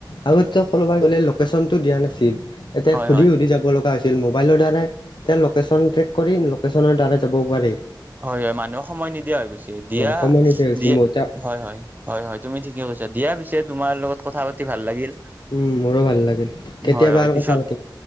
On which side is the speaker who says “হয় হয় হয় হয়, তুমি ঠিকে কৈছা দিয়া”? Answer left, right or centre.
Right